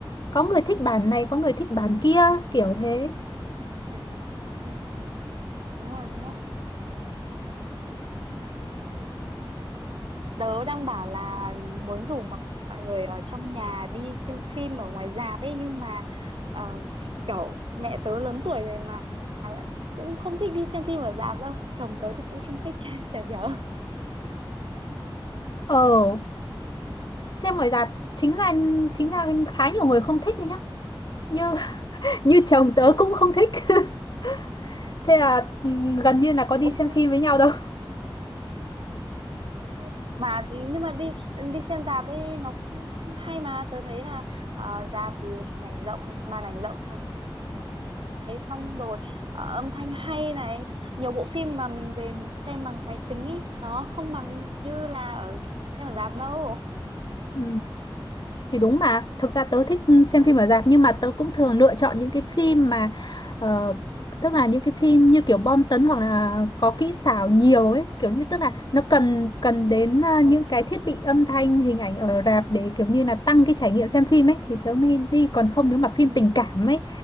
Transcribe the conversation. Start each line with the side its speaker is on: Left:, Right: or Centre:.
Left: Có người thích bản này, có người thích bản kia, kiểu thế.
Right: Ừ, ừ, ừ, ừ, ừ, Đúng rồi, đúng rồi. Tớ đang bảo là muốn rủ mọi mọi người ở trong nhà đi xem phim ở ngoài rạp ấy nhưng mà ờ, kiểu mẹ tớ lớn tuổi rồi mà lại cũng không thích đi xem phim ở rạp đâu. Chồng tớ thì cũng không thích, <laughs> chả nhớ.
Left: Ờ, xem ngoài rạp chính là chính là khá nhiều người không thích đấy nhá. Như <laughs> như chồng tớ
Right: Ừ.
Left: cũng không thích. <laughs> Thế là ừ, gần như là có đi
Right: Ồ,
Left: xem phim với nhau đâu.
Right: ờ, Mà thì- nhưng mà đi đi xem rạp ấy nó cũng hay mà tớ thấy là ờ, rạp thì hình ảnh rộng, màn ảnh rộng xong rồi ờ, âm thanh hay này nhiều bộ phim mà mình về mình xem bằng máy tính ý nó không bằng như là ở xem ở rạp đâu
Left: Ừ. Thì đúng mà, thực ra tớ thích
Right: ừ, đấy
Left: xem phim ở rạp nhưng mà tớ cũng
Right: ừ.
Left: thường lựa chọn những cái phim mà ờ, tức là những cái phim như kiểu bom tấn hoặc là có kỹ xảo nhiều ấy, kiểu như tức là nó cần cần đến ờ,
Right: Ồ,
Left: những cái thiết bị âm thanh, hình ảnh ở rạp để kiểu như là tăng cái trải nghiệm xem phim ấy thì tớ mới đi, còn không nếu mà phim
Right: ừ.
Left: tình cảm ấy